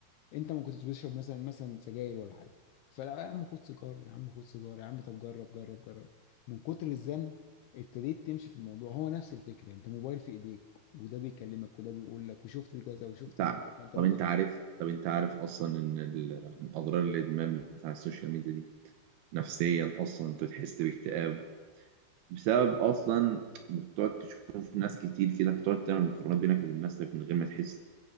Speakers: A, on the left; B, on the right.
A: انت ما كنتش بتشرب مثلا مثلا سجاير ولا حاجه فلا يا عم خد سيجاره يا عم خد سيجاره يا عم طب جرب جرب جرب من كتر الزن ابتديت تمشي في الموضوع هو نفس الفكره انت موبايل في ايديك وده بيكلمك وده بيقول لك وشفت كذا وشفت
B: انت
A: وعمل
B: ع-
A: فانت
B: طب انت عارف طب انت عارف اصلا ان ال- من اضرار الادمان بتاع السوشيال ميديا دي نفسيا اصلا انت تحس باكتئاب بسبب اصلا إنك بتقعد تشوف ناس كتير كده فتقعد تعمل مقارنات بينك وبين نفسك من غير ما تحس